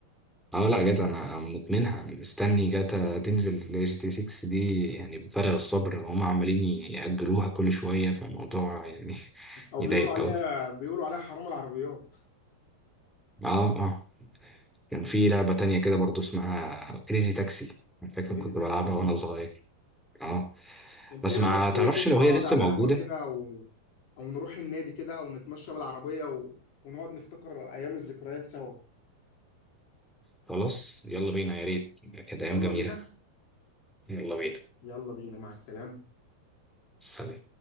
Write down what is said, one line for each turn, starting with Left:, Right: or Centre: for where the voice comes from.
Centre: أه لا جدع أنا مدمنها يعني مستني جاتا تنزل ل جي تي 6 دي يعني بفارغ الصبر هم عمالين يأجلوها كل شوية فالموضوع يعني <laughs>
Left: او
Centre: يضايق
Left: بيقولوا عليها
Centre: أوي
Left: بيقولوا عليها حرام العربيات
Centre: أه أه كان في لعبة تانية كده برضو اسمها كريزي تاكسي أنا فاكر
Left: كريزي
Centre: كنت
Left: تاكسي
Centre: بلعبها
Left: جميله
Centre: وأنا صغير أه
Left: انت
Centre: بس
Left: ايه رايك
Centre: ما
Left: تيجي
Centre: تعرفش
Left: كده
Centre: لو
Left: نقعد
Centre: هي لسه
Left: على
Centre: موجودة
Left: القهوه كده او او نروح النادي كده او نتمشى بالعربيه و... ونقعد نفتكر ايام الذكريات سوا
Centre: خلاص يلا بينا يا ريت كانت أيام
Left: يلا
Centre: جميلة
Left: بينا
Centre: يلا بينا
Left: يلا بينا مع السلامه
Centre: سلام